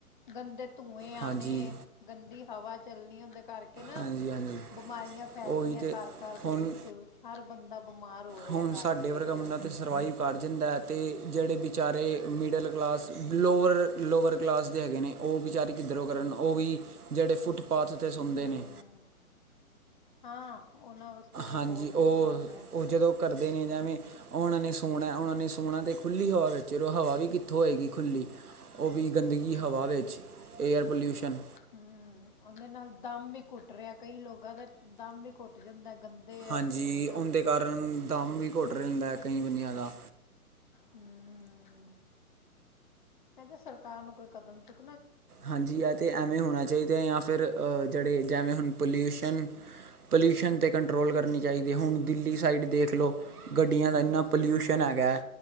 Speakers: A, on the left; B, on the right.
A: ਗੰਦੇ ਧੂੰਏ ਆਣੇ
B: ਹਾਂਜੀ
A: ਗੰਦੀ ਹਵਾ ਚੱਲਣੀ ਹੁੰਦੀ ਕਰਕੇ ਨਾ,
B: ਹਾਂਜੀ ਹਾਂਜੀ
A: ਬਿਮਾਰੀਆਂ ਫੈਲ
B: ਉਹੀ
A: ਰਹੀਆਂ
B: ਤੇ
A: ਘਰ ਘਰ ਦੇ
B: ਹੁਣ
A: ਵਿੱਚ, ਹਰ ਬੰਦਾ ਬਿਮਾਰ ਹੋ ਰਿਹਾ
B: ਹੁਣ
A: ਘਰ
B: ਸਾਡੇ
A: ਦੇ ਵਿੱਚ
B: ਵਰਗਾ ਉਹਨਾਂ 'ਤੇ ਸਰਵਾਈਵ ਵੱਧ ਜਾਂਦਾ ਹੈ, ਅਤੇ ਜਿਹੜੇ ਵਿਚਾਰੇ middle class lower lower, class ਦੇ ਹੈਗੇ ਨੇ ਉਹ ਬਚਾਰੇ ਕਿੱਧਰੋਂ ਕਰਨ ਉਹ ਵੀ ਜਿਹੜੇ ਫੁੱਟਪਾਥ 'ਤੇ ਸੌਂਦੇ
A: ਹੂੰ
B: ਨੇ
A: ਹਾਂ। ਉਹਨਾਂ ਵਾਸਤੇ ਤਾਂ
B: ਹਾਂਜੀ
A: ਬਹੁਤ ਔਖਾ
B: ਉਹ,
A: ਹੋ ਗਿਆ
B: ਉਹ ਜਦੋਂ ਕਰਦੇ ਨੇ ਜਵੇਂ ਉਹਨਾਂ ਨੇ ਸੋਣਾ ਉਹਨਾਂ ਨੇ ਸੋਣਾ ਤੇ ਖੁੱਲ੍ਹੀ ਹਵਾ ਵਿੱਚ, ਹਵਾ ਵੀ ਕਿੱਥੋਂ ਹੋਏਗੀ ਖੁੱਲੀ ਉਹ ਵੀ ਗੰਦਗੀ
A: ਕਿੱਥੇ
B: ਹਵਾ ਵਿੱਚ ਏਅਰ ਪੋਲਿਊਸ਼ਨ।
A: ਹੂੰ, ਉਹਦੇ ਨਾਲ ਦਮ ਵੀ ਕੁੱਟ ਰਿਹਾ ਕਈ ਲੋਕਾਂ ਦਾ ਦਮ ਵੀ ਘੁੱਟ ਜਾਂਦਾ ਗੰਦੇ
B: ਹਾਂਜੀ
A: ਆ ਧੂੰਏ ਨਾਲ-
B: ਉਹਦੇ ਕਾਰਨ ਦਮ ਵੀ ਘੁੱਟ ਰਹਿੰਦਾ ਕਈ ਬੰਨੀਆਂ ਦਾ।
A: ਹਮ, ਕਹਿੰਦੇ ਸਰਕਾਰ ਨੂੰ ਕੋਈ ਕਦਮ ਚੁੱਕ,
B: ਹਾਂਜੀ ਆ ਤੇ ਐਵੇਂ ਹੋਣਾ ਚਾਹੀਦਾ ਆ ਫਿਰ ਜਿਹੜੇ ਜਿਵੇਂ ਹੁਣ ਪੋਲਿਊਸ਼ਨ- ਪੋਲਿਊਸ਼ਨ 'ਤੇ ਕੰਟਰੋਲ ਕਰਨੀ ਚਾਹੀਦੀ ਹੁਣ ਦਿੱਲੀ ਸਾਈਡ ਦੇਖ ਲਓ, ਗੱਡੀਆਂ ਦਾ ਇੰਨਾ ਪੋਲਿਊਸ਼ਨ ਹੈਗਾ,